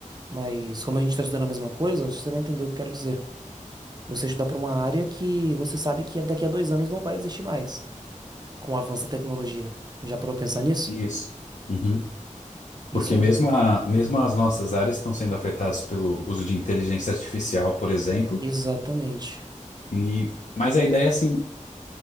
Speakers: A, on the right; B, on the left.
A: mas como a gente está estudando a mesma coisa, você vai entender o que eu quero dizer. Você estudar para uma área que você sabe que daqui a dois anos não vai existir mais, com o avanço da tecnologia. Já parou pra pensar nisso?
B: Isso. Uhum.
A: Isso
B: Porque mesmo,
A: é
B: a, mesmo as nossas áreas estão sendo afetadas pelo uso de inteligência artificial, por exemplo.
A: exatamente.
B: E, mas a ideia é assim,